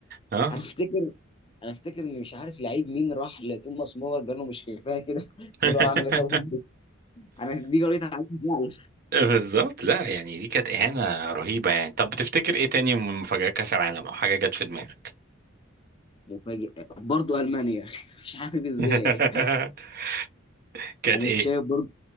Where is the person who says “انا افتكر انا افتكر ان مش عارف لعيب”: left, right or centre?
Left